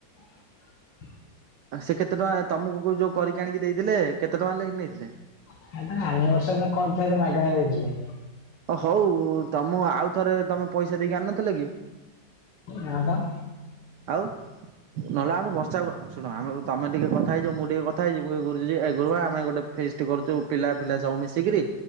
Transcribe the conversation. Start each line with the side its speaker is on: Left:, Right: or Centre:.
Left: <unintelligible>
Right: ସେ କେତେ ଟଙ୍କା ତମକୁ ଯୋଉ କରିକି ଆଣିକି ଦେଇଥିଲେ କେତେ ଟଙ୍କା ଲେଖେ ନେଇଥିଲେ?
Left: ଆ ତାଙ୍କ ଆନିବର୍ଶରି କଣ ଖାଇବା ମାଗଣା ଦେଇଥିଲେ?
Right: ଓ ହଉ ତମ ଆଉ ଥରେ ତମେ ପଇସା ଦେଇକି ଆଣିନଥିଲେ କି?
Left: ନା ଵା।
Right: ଆଉ। ନହେଲେ ଆମେ ବର୍ଷା ଶୁଣୁ ଆ ତମେ ଟିକେ କଥା ହେଇଜିବ ମୁଁ ଟିକେ କଥା ହେଇଯିବି ଗୁରୁଜି ଏ ଗୁରୁମା ଆମେ ଗୋଟେ ଫେଷ୍ଟ କରୁଛୁ ପିଲା ପିଲା ସବୁ ମିଶିକିରି